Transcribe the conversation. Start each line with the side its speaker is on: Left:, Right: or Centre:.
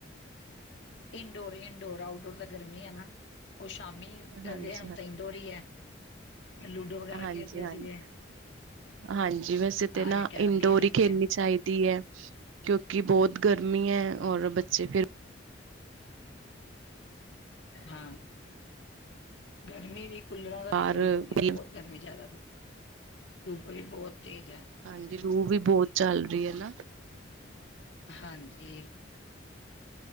Left: ਇੰਡੋਰ ਇੰਡੋਰ ਆਊਟਡੋਰ ਤਾਂ ਗਰਮੀ ਹੈ ਨਾ। ਉਹ ਸ਼ਾਮੀ ਕਰਦੇ
Right: ਹਾਂਜੀ
Left: ਹੁਣ
Right: ਹਾਂ,
Left: ਤ ਡੋਰੀ ਹੈ। ਲੂਡੋ ਵਗੈਰਾ
Right: ਹਾਂਜੀ-ਹਾਂਜੀ।
Left: ਖੇਡਦੇ ਸੀਗੇ।
Right: ਹਾਂਜੀ ਵੈਸੇ ਤਾਂ
Left: ਹਾਂ,
Right: ਨਾ
Left: ਜਾਂ ਕੈਰਮ
Right: ਇਨਡੋਰ
Left: ਖੇਲ ਲੈਂਦੇ
Right: ਹੀ ਖੇਲਣੀ
Left: ਆ,
Right: ਚਾਹੀਦੀ ਹੈ ਕਿਉਂਕਿ ਬਹੁਤ ਗਰਮੀ ਹੈ ਔਰ
Left: ਹੂੰ।
Right: ਬੱਚੇ ਫੇਰ,
Left: ਹਾਂ, ਗਰਮੀ ਵੀ ਕੁੱਲਾਰਾਂ
Right: ਬਾਹਰ
Left: ਦਾ ਵੀ ਕੋਈ ਉਹ ਨੀ
Right: ਗੇਮ
Left: ਬਹੁਤ ਗਰਮੀ ਜ਼ਿਆਦਾ, ਧੂਪ ਵੀ ਬਹੁਤ ਤੇਜ਼ ਹੈ।
Right: ਹਾਂਜੀ ਲੂਹ ਵੀ ਬਹੁਤ ਚੱਲ ਰਹੀ ਹੈ ਨਾ।
Left: ਹਾਂਜੀ।